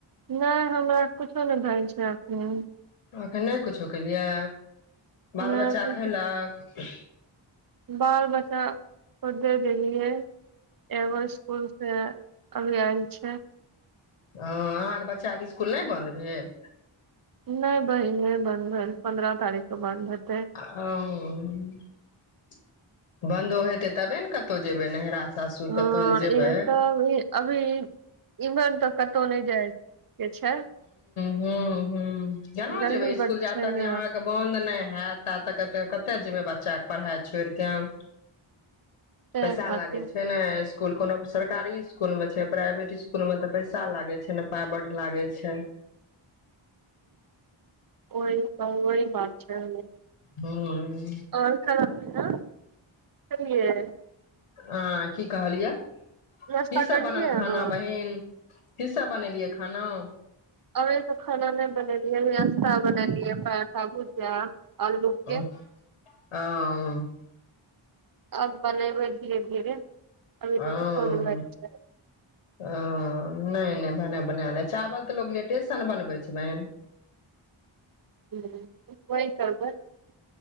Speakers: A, on the right; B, on the left.
A: नहि हमरा कुछो नहि भेल छै हूँ
B: एखन नहि कुछो केलियै
A: नहि,
B: बाल बच्चा
A: एखन कुछ-
B: खैलक <unintelligible>
A: बाल बच्चा प देे दैलियै एगो स्कूल सँ अभी आएल छै
B: हँ अहाँके बच्चाके स्कूल नहि बन्द भेल
A: नहि बहिन नहि बन्द भेल पन्द्रह तारीख के बन्द हाएत
B: अ-ओ बन्दो हेतै तबे न कतहु जेबै नहिरा सासुर
A: हँ
B: कतहु जेबै
A: एसभी- अभी उहर तऽ कतहु नहि जाइ के छै
B: हूँ हूँ केना
A: गर्मी
B: जेबै इस्कूल
A: बड
B: जा
A: छै
B: तक
A: ने
B: अहाँ आर के बंन्द नहि हाएत हाँ ता तक एत्ते कतऽ जेबै बच्चाके पढ़ाइ छोड़ कऽ
A: ताहि
B: पैसा
A: खातिर
B: लागे छै ने इस्कूल कोनो सरकारी इस्कूल मे छै प्राइवेट इस्कू- -ल मे त पैसा लागै छै ने पाइ बड्ड लागै छै
A: ओहि ओहि बात छै न
B: हूँ
A: आओर खाना पीना खेलियै
B: अं-की कहलियै
A: नास्ता
B: की सब
A: करलियै
B: बनल खाना
A: अहाँ
B: बहिन की सब बनेलियै खाना आ
A: अभी त खाना नहि बनेलियै अभी नास्ता बनैलियै परोठा भुजिया आलू के
B: हँ अं
A: आब बनबै धीरे धीरे अभी तऽ
B: हँ-अ
A: कतहु नहि जाइ छै
B: हँ नहि नहि खाना बना ले छै चावल तऽ लोग लेटे स ने बनबै छै बहिन
A: हूँ ओहि करबै